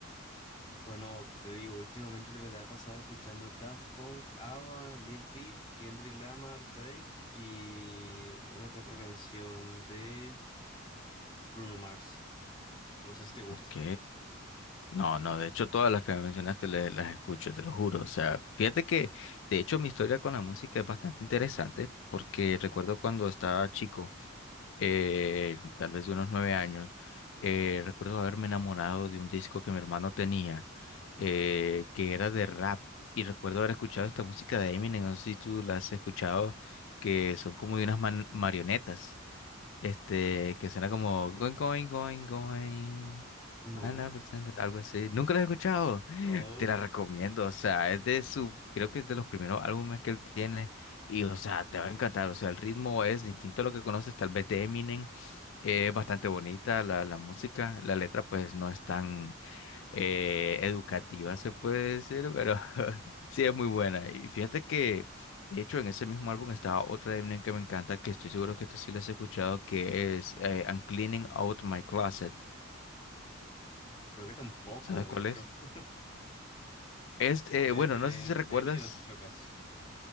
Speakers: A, on the left; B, on the left.
A: Bueno, ¿qué te digo? Últimamente me la he pasado escuchando Daft Punk, ABBA, Lil Peep, Kendrick Lamar, Drake y una que otra canción de Bruno Mars. No sé si te
B: Ok.
A: gusta.
B: No, no, de hecho todas las que me mencionaste le- las escucho, te lo juro. O sea, fíjate que de hecho mi historia con la música es bastante interesante porque recuerdo cuando estaba chico, eh, tal vez de unos nueve años, eh, recuerdo haberme enamorado de un disco que mi hermano tenía, eh, que era de rap. Y recuerdo haber escuchado esta música de Eminem, no sé si tú la has escuchado, que son como de unas man- marionetas. Este, que suena como going, going, going, going.
A: No,
B: Ana presente algo así. Nunca lo he escuchado.
A: No,
B: Te la recomiendo. O sea, es de su, creo que es de los primeros álbumes que él tiene. Y, o sea, te va a encantar. O sea, el ritmo es distinto a lo que conoces, tal vez de Eminem. Es bastante bonita la, la música. La letra, pues, no es tan eh, educativa, se puede decir, pero <laughs> sí es muy buena. Y fíjate que, de hecho, en ese mismo álbum estaba otra de Eminem que me encanta, que estoy seguro que esta sí la has escuchado, que es eh, I'm Cleaning Out My Closet.
A: creo que tampoco,
B: ¿Sabes
A: de
B: cuál
A: hecho.
B: es?
A: No,
B: Es, eh,
A: mira
B: bueno,
A: que de,
B: no sé si recuerdas,
A: de Eminem no escucho casi.